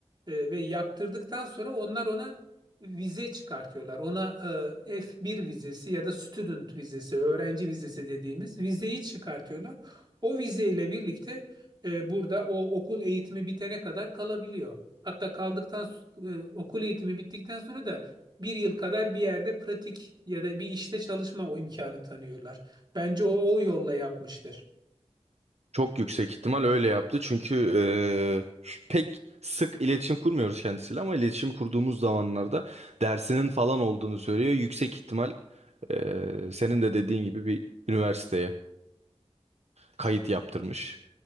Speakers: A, on the right; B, on the right.
A: Ee, ve yaptırdıktan sonra onlar ona vize çıkartıyorlar. Ona e, F1 vizesi ya da student vizesi, öğrenci vizesi dediğimiz vizeyi çıkartıyorlar. O vizeyle birlikte e, burada o okul eğitimi bitene kadar kalabiliyor. Hatta kaldıktan e, okul eğitimi bittikten sonra da bir yıl kadar bir yerde pratik ya da bir işte çalışma o imkanı tanıyorlar. Bence o, o yolla yapmıştır.
B: Çok yüksek ihtimal öyle yaptı. Çünkü e, pek sık iletişim kurmuyoruz kendisiyle ama iletişim kurduğumuz zamanlarda dersinin falan olduğunu söylüyor. Yüksek ihtimal e, senin de dediğin gibi bir üniversiteye kayıt yaptırmış.